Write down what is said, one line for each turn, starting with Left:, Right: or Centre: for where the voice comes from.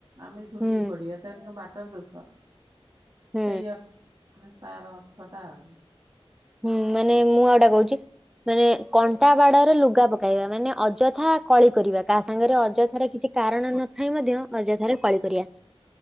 Right: ଆମେ ଝୁଣ୍ଟିକି
Centre: ହୁଁ
Right: ପଡିବା ତାହେଲେ କଣ ବାଟର ଦୋଷ?
Centre: ହୁଁ।
Right: ସେଇ ଅର୍ଥ ମାନେ ତାର ଅର୍ଥ ଟା ଆଉ।
Centre: ହୁଁ ମାନେ ମୁଁ ଆଉଟା କହୁଚି, ମାନେ କଣ୍ଟା ବାଡରେ ଲୁଗା ପକାଇବା। ମାନେ ଅଯ ହଁ କଳି କରିବା। କାହା ସାଙ୍ଗରେ ଅଯଥାରେ କିଛି କାରଣ ନଥାଇ ମଧ୍ୟ ଅଯଥାରେ କଳି କରିବା।